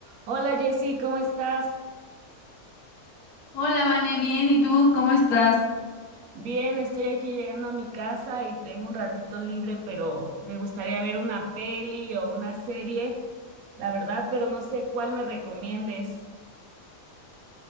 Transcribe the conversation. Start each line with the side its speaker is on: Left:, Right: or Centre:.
Right: Hola Jessy, ¿cómo estás?
Left: Hola, Vane, bien, ¿y tú cómo estás?
Right: Bien, estoy aquí llegando a mi casa y tengo un ratito libre, pero me gustaría ver una peli o una serie, la verdad, pero no sé cuál me recomiendes.